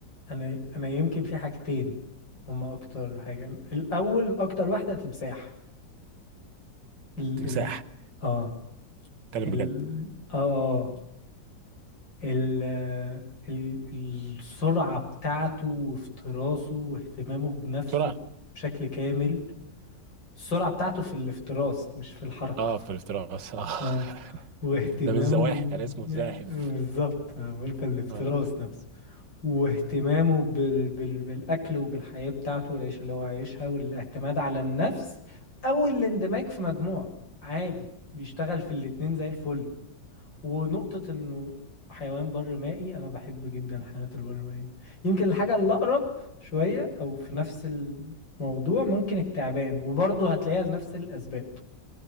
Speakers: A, on the left (about 85°); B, on the right (about 75°).
A: انا انا يمكن في حاجتين هما اكتر حاجة الاول اكتر واحدة تمساح ال
B: تمساح
A: ال اه
B: اتكلم
A: ال
B: بجد
A: اه آه، ال ال السرعة بتاعته وافتراسه واهتمامه بنفسه
B: بسرعة
A: بشكل كامل السرعة بتاعته في الافتراس مش في الحركة
B: اه في الافتراس اه <laughs>
A: اه واهتمامه
B: ده من الزواحف يعني
A: ب-
B: اسمه زاحف
A: بالظبط أنا بقول في الافتراس
B: اه
A: نفسه واهتمامه بال... بال... بالأكل وبالحياة بتاعته والعيشة اللي هو عايشها والاعتماد على النفس أو الاندماج في مجموعة عادي بيشتغل في الاتنين زي الفل ونقطة إنه حيوان بر مائي أنا بحب جدا الحيوانات البر مائية يمكن الحاجة اللي أقرب شوية أو في نفس الموضوع ممكن التعبان وبرضه هتلاقيها لنفس الأسباب